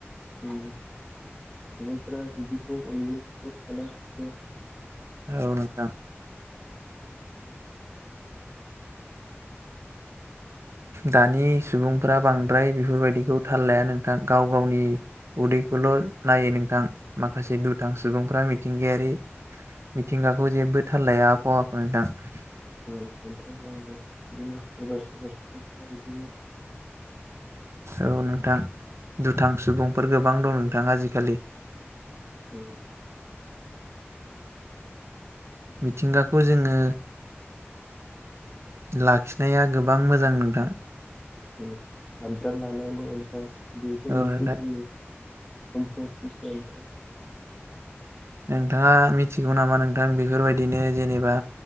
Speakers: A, in the centre; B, on the right (about 75°).
A: उम सुबुंफ्रा बिदिखौ युनखौ साना हसिया
B: औ नोंथां दानि सुबुंफोरा बांद्राय बेफोरबायदिखौ थाल लाया नोंथां गाव गावनि। उदैखौल' नायो नोंथां माखासे दुथां सुबुंफ्रा मिथिंगायारि मिथिंगाखौ जेबो थाल लाया आबहावाखौ नोंथां।
A: उम नोंथां नंगौ बिदिनो सोरबा सोरबा सुबुंफोरा बिदिनो।
B: औ नोंथां दुथां सुबुंफोर गोबां दं नोंथां आजिखालि
A: उम।
B: मिथिंगाखौ जोङो। लाखिनाया गोबां मोजां नोंथां।
A: उम आबदाल लानांगौ नोंथां बेबो
B: औ
A: मोनसे
B: नोंथां
A: जोंनि। समफथिसो नोंथां।
B: नोंथाङा मिथिगौ नामा नोंथां बेफोरबायदिनो जेनेबा